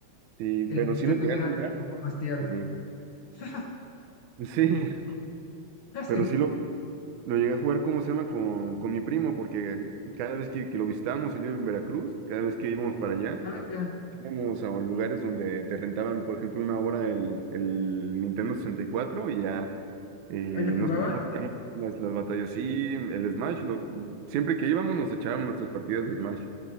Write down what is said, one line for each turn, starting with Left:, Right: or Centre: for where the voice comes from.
Right: sí,
Left: El
Right: pero
Left: Nintendo
Right: sí lo llegué
Left: era
Right: a jugar,
Left: como más tierno.
Right: eh,
Left: <laughs>
Right: sí, <laughs>
Left: Ah, sí.
Right: pero sí lo, lo llegué a jugar, ¿cómo se llama? Con, con mi primo, porque cada vez que, que lo visitábamos, él vive en Veracruz, cada vez que íbamos para allá,
Left: Ah, ya.
Right: Íbamos a lugares donde te rentaban, por ejemplo, una hora el, el Nintendo 64 y cuatro y ya eh,
Left: Ahí lo jugaban.
Right: nos poníamos a echar las, las batallas. Sí, el Smash, lo- siempre que íbamos nos echábamos nuestras partidas de Smash.